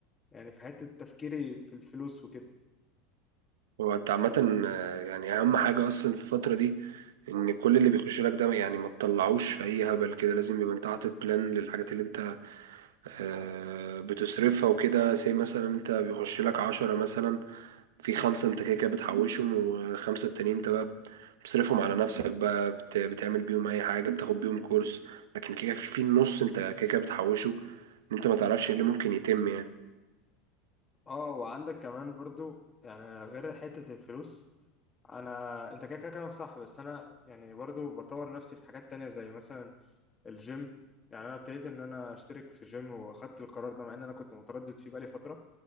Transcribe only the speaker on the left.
يعني في حته تفكيري في الفلوس وكده
اه وعندك كمان برضو يعني غير حته الفلوس انا انت كده كده كلامك صح بس انا يعني برضو بطور نفسي في حاجات تانية زي مثلا الجيم يعني انا ابتديت ان انا اشترك في جيم واخدت القرار ده مع ان انا كنت متردد فيه بقالي فتره